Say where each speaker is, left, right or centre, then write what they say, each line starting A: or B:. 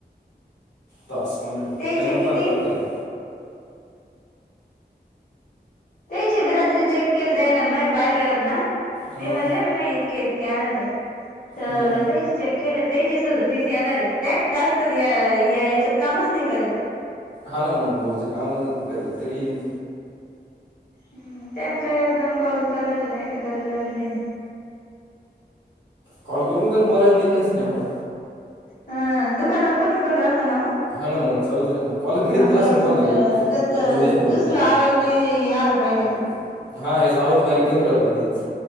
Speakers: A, on the left; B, on the left.
A: तास कंप्लीट होईल
B: त्याचे
A: टाइमच
B: किती
A: लाग ना त्याला.
B: बि रात्री चेक केलत जाय ना म पाहिल्यावर ना
A: हां
B: मी म्हटले ना म इतके इतके आण -- तर
A: हां
B: ते चेक केलं तेचे सदतीस येणारे है. ते ना टास्क च या या याच्यात कामच नाही करल.
A: हा ना मग बहुजी कामत करल तरी येईन.
B: हम्म. त्यान काही एक, दोन कॉल करेल नाही. तर करेल बी नाही
A: कॉल करून त्याल बोलायला टाइम नसे एवढा. <inaudible>
B: हा दुकानावर कोणी कोण राहत ना हो
A: हा ना म चालूच रा तु -- कॉल कररीत
B: मग
A: ब अस ना कोणला तू
B: त्यात
A: दिश <unintelligible>
B: दुसरा आवाज नाही आला पाहिजे ना
A: हा या्याचा आवाज बारीक कमी राहतो आधीच.